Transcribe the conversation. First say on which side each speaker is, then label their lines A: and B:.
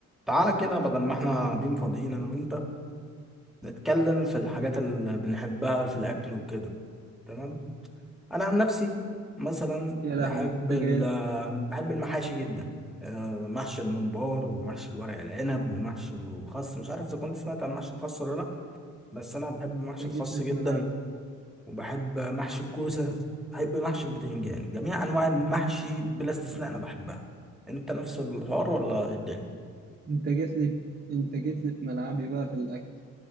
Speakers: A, in the centre; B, on the right.
A: تعالى كده بدل ما احنا قاعدين فاضيين انا وانت نتكلم في الحاجات اللي بنحبها في الاكل وكده تمام انا عن نفسي مثلا
B: يا
A: بحب
B: لهوي انت
A: ال-
B: جاي
A: بحب المحاشي جدا آه، محشي الممبار ومحشي الورق العنب ومحشي الخس مش عارف اذا كنت سمعت عن محشي الخس ولا لا بس انا بحب محشي
B: انت
A: الخس
B: جيت لي
A: جدا
B: في ملعب
A: وبحب محشي الكوسه بحب محشي البتنجان جميع انواع المحشي بلا استثناء انا بحبها انت نفس الحوار ولا إيه الدنيا
B: انت جيت لي انت جيت لي في ملعبي بقى في الاكل